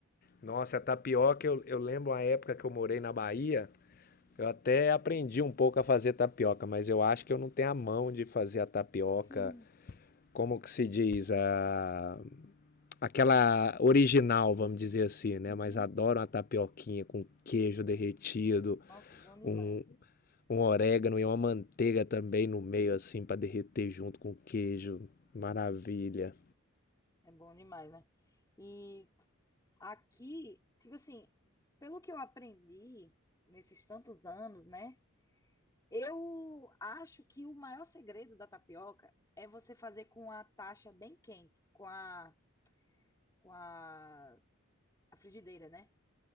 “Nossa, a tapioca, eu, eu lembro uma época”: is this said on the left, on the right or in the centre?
Left